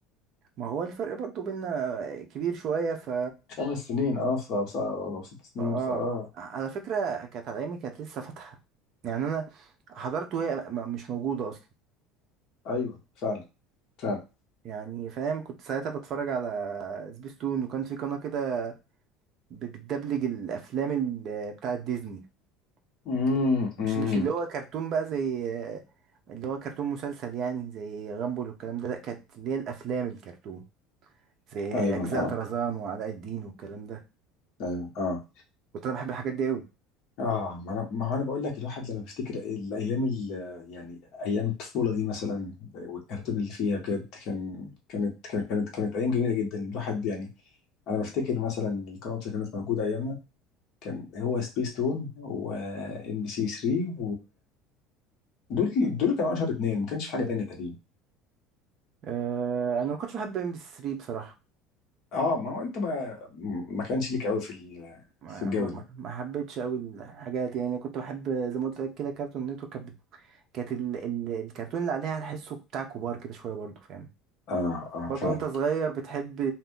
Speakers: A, on the right (about 40°); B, on the left (about 45°).
A: ما هو الفرق برضه بينا كبير شوية ف
B: خمس سنين اه ف- او س- أو ست سنين
A: فا اه
B: فاه
A: على فكرة كانت على ايامي كانت لسه فاتحة يعني انا حضرته وهي م- مش موجودة اصلا
B: ايوه فعلا فعلا
A: يعني فاهم كنت ساعتها بتفرج على سبيستون وكان في قناة كده ب- بتدبلج الافلام ال- بتاعت ديزني
B: امم
A: كانت
B: أمم.
A: مش مش اللي هو كرتون بقى زي اللي هو كرتون مسلسل يعني زي غامبول والكلام ده لا كانت اللي هي الافلام الكرتون زي ايوه
B: ايوه
A: اجزاء
B: اه
A: ايوه طرزان وعلاء الدين والكلام ده
B: ايوه اه
A: كنت انا بحب الحاجات دي قوي
B: اه ما انا ما هو انا بقول لك الواحد لما بيفتكر الايام ال- يعني ايام الطفوله دي مثلا والكرتون اللي فيها بجد كان كانت كانت كانت, كانت ايام جميله جدا الواحد يعني انا بفتكر مثلا القنوات اللي كانت موجوده ايامنا كان هو سبيس تون وام بي سي 3 ودول دول كانوا اشهر اتنين ما كانش في حاجه تانية تقريبا
A: أه انا ما كنتش بحب ام بي 3 بصراحه
B: اه ما هو انت ما ما كانش ليك قوي في ال-
A: ما
B: في الجو
A: ما ما
B: ده
A: ما حبيتش قوي الحاجات يعني كنت بحب زي ما قلت لك كده كرتون نتورك كانت بت- كانت ال- ال- الكرتون اللي عليها تحسه بتاع كبار كده شويه برضه فاهم
B: اه اه
A: برضه
B: فعلا
A: وانت صغير بتحب